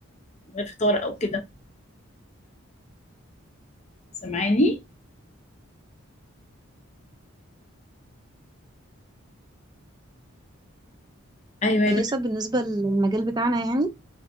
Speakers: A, on the left; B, on the right.
A: من غير فطار أو كده سامعاني؟ أيوة يا
B: كويسة
A: دكتور
B: بالنسبة للمجال بتاعنا يعني